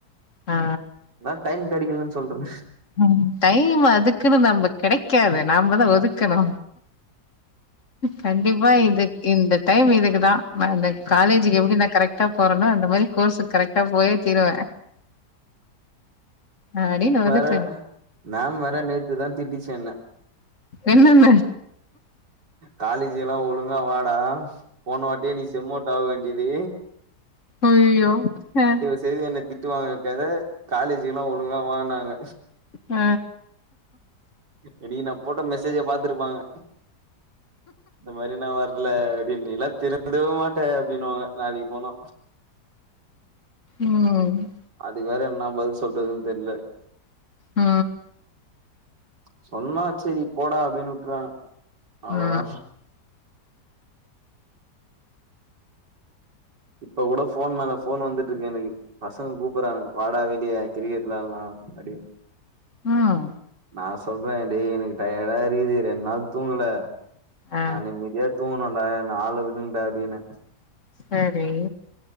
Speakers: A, on the left; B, on the right.
A: ஆ
B: நா டைம் கெடைக்கலன் சொல்றன
A: ம் டைம் அதுக்குனு நம்ப கடைக்காது நாம தா ஒதுக்கணு கண்டிப்பா இதுக் இந்த டைம் இதுக்கு தா மாண்ட காலேஜுக்கு எப்டி நா கரெக்டா போறனோ அந்த மாரி கோர்ஸுக் கரெக்டா போயே தீருவ அடின் ஒதுக்
B: ட மேம் வேற நேத்துதா திட்டிச்சு என்ன
A: என்னனு
B: காலேஜுலா ஒழுங்கா வாடா போனவாட்டியே நீ செம்மோட் ஆவ வேண்டியது
A: அய்யய்யோ அ
B: டெய்லி என்ன திட்டுவாங்க தான காலேஜுகெல்லா ஒழுங்கா வானாங்க
A: அ
B: இன்னக்கி நா போட்ட மெசேஜ பாத்துருப்பாங்க இந்த மாரி நா வர்ல அப்டினு நீ எல்லா திருந்தவே மாட்டே அப்டினுவாங்க நாளைக்கி போனா
A: ம்
B: அதுக்கு வேற என்னா பதில் சொல்றதுன் தெர்ல
A: ஆ
B: சொன்னா செரி போடா அப்டினு விட்ருவாங்க அவ்ளோதா
A: ஆ
B: இப்ப கூட ஃபோன் மேல ஃபோன் வந்துட்ருக்கு எனக்கு பசங்க கூப்புறாங்க வாடா வெளிய கிரிக்கெட் விளால்லா அப்டின்
A: ம்
B: நா சொல்ற டே எனக்கு டயடா இருகுது ரெண் நாள் தூங்கல
A: ஆ
B: நா நிம்மதியா தூங்கணுன்டா என்ன ஆள விடுங்டா அப்டின்ன
A: சரி